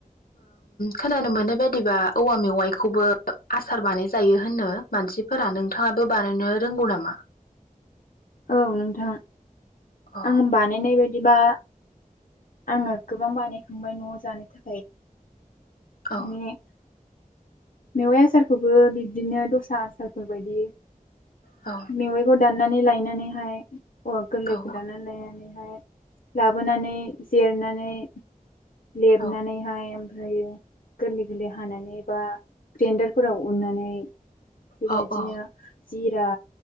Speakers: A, on the left; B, on the left.
A: खोनानो मोननाय बायदिबा औवा मे माइखौबो आसार बानायजायो होननो मानसिफोरा नोंथाङाबो बानायनो रोंगौ नामा?
B: औ नोंथाङा
A: अ
B: आं बानायनाय बायद एबा आङो गोबां बानायखांबाय न'आव जानो थाखाय
A: औ
B: माने मेवाइ आसारखौबो बिब्दिनो दस्रा आसारफोर बायदि
A: औ
B: मेवयाइखौ दान नानै लायो नानैहाय औवा गोरलैखौ
A: औ
B: दानना लायनानैहाय लाबोनानै जिरनानै लेबनानैहाय
A: औ
B: ओमफ्रायो गोरलै-गोरलै हानानै बा ग्रेन्डारफोराव उननानै बेबायदिनो
A: औ औ
B: जिरा